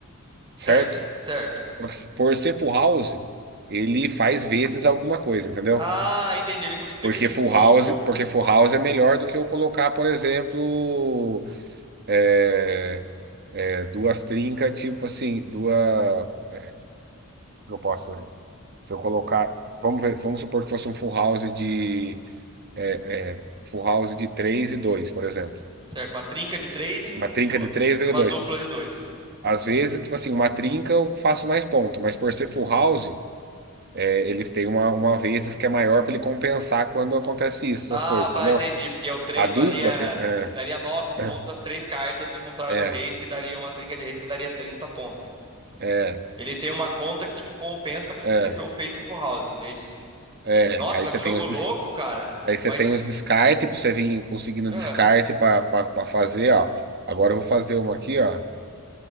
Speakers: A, on the right; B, on the right.
A: Certo,
B: certo?
A: certo.
B: Só que se- por ser full house, ele faz vezes alguma coisa, entendeu?
A: Ah, entendi. Ele multiplica
B: Porque
A: esses
B: full
A: pontos
B: house,
A: por.
B: porque full house é melhor do que eu colocar, por exemplo, é, é, duas trincas, tipo assim, duas. como que Eu posso. Se eu colocar. Vamos ver- vamos supor que fosse um full house de. é, é, full house de 3 e dois por exemplo.
A: Certo, uma trinca de 3 e um-
B: Uma trinca
A: uma,
B: de 3 e
A: uma
B: dois
A: dupla de 2.
B: Às vezes, tipo assim, uma trinca eu faço mais ponto, mas por ser full house, é, ele tem uma, uma vezes que é maior para ele compensar quando acontece isso,
A: Ah,
B: essas coisas,
A: pá,
B: entendeu?
A: entendi. Porque o 3
B: A dupla
A: valia.
B: tem- é,
A: Daria nove pontos
B: né?
A: as três cartas, ao contrário
B: é,
A: do Reis, que daria uma trinca de Reis que daria 30 pontos.
B: é,
A: Ele tem uma conta que, tipo, compensa pra
B: é,
A: você ter fe- feito o Full House. É isso.
B: é.
A: Nossa,
B: Aí
A: mas
B: você
A: que jogo
B: tem os
A: louco,
B: des-
A: cara.
B: aí você
A: Mas.
B: tem
A: ti-
B: os descarte para você vir conseguindo
A: Ah,
B: descarte para fazer, ó. Agora eu vou fazer uma aqui, ó,